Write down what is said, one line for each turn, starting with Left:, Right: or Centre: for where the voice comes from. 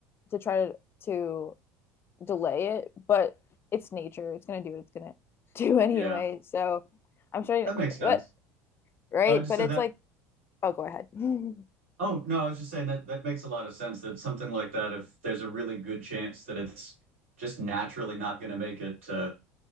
Left: to try to to delay it, but it's nature. It's gonna do what it's gonna <laughs> do anyway.
Right: Yeah,
Left: So I'm starting,
Right: that makes sense.
Left: but right,
Right: I just
Left: but
Right: said
Left: it's
Right: that.
Left: like Oh, go ahead. <laughs>
Right: Oh, no, I was just saying that that makes a lot of sense that something like that, if there's a really good chance that it's just naturally not going to make it, uh,